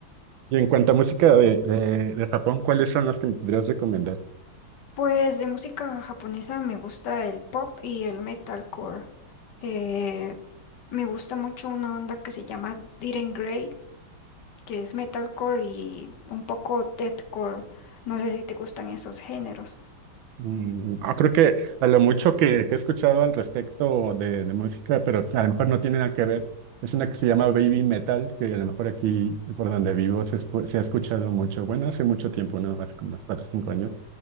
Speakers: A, on the right; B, on the left.
A: Y en cuanto a música de, de, de Japón, ¿cuáles son las que me podrías recomendar?
B: Pues de música japonesa me gusta el pop y el metalcore. Eh, me gusta mucho una banda que se llama Diren Grey, que es metalcore y un poco deathcore. No sé si te gustan esos géneros.
A: Mm, No, creo que a lo mucho que, que he escuchado al respecto de, de música, pero que a lo mejor no tiene nada que ver, es una que se llama Baby Metal, que a lo mejor aquí por donde vivo se, escu- se ha escuchado mucho, bueno, hace mucho tiempo, ¿no? Hace como unos cuatro o cinco años,